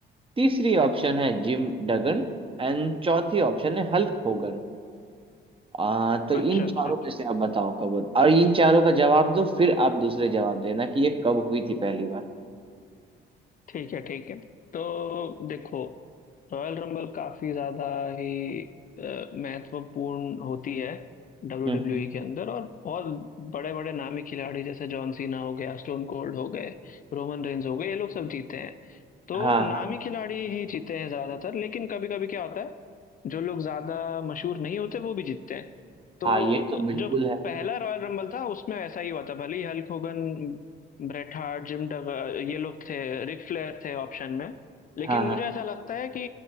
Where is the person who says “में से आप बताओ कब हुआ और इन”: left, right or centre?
Right